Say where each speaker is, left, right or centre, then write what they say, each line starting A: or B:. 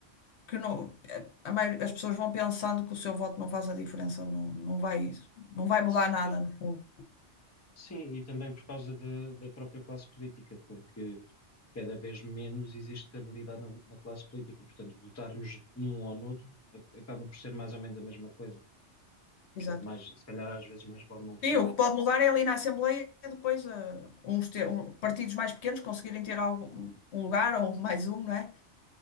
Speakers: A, on the left (about 65°); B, on the left (about 15°).
A: que não, eh, a maio- as pessoas vão pensando que o seu voto não faz a diferença, não, não vai, não vai mudar
B: Sim,
A: nada, no fundo.
B: sim, e também por causa da da própria classe política, porque cada vez menos existe credibilidade na, na classe política. Portanto, votarmos num ou noutro acaba por ser mais ou menos a mesma coisa.
A: Exato.
B: Portanto, mais, se calhar às vezes mais vale não votar.
A: Sim, o que pode mudar é ali na Assembleia depois eh, uns ter- um- partidos mais pequenos conseguirem ter algum, um lugar ou <laughs> mais um, não é?